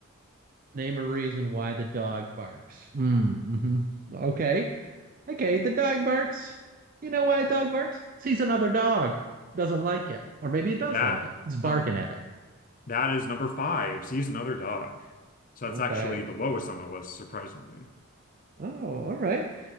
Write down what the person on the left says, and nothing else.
That
um
that is number five. Sees another dog. So that's
actually the lowest on the list, surprisingly.